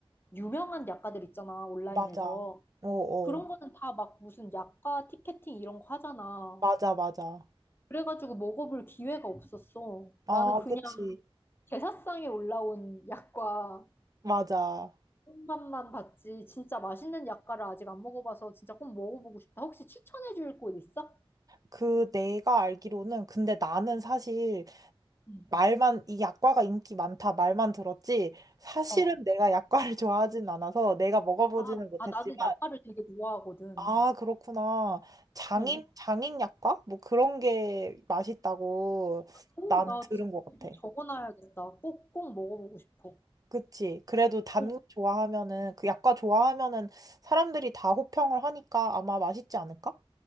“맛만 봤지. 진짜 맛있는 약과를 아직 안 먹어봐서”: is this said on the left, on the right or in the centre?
Left